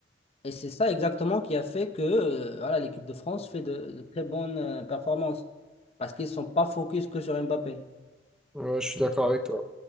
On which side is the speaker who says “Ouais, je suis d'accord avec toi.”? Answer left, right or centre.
Centre